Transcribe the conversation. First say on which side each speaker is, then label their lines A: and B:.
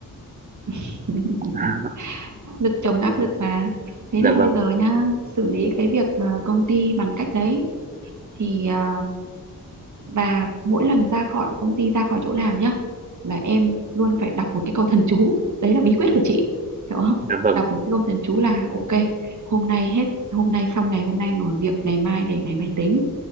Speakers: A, on the right (about 55°); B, on the right (about 25°).
A: <laughs>
B: <laughs>
A: áp lực chồng áp lực mà thế
B: dạ
A: nên
B: vâng
A: bây giờ nhá xử lý cái việc ờ, công ty bằng cách đấy thì ờ, và mỗi lần ra khỏi công ty ra khỏi chỗ làm nhá là em luôn phải đọc một cái câu thần chú đấy là bí quyết của chị hiểu không
B: dạ vâng
A: đọc một cái câu thần chú là ok hôm nay hết hôm nay xong ngày hôm nay rồi việc ngày mai để ngày mai tính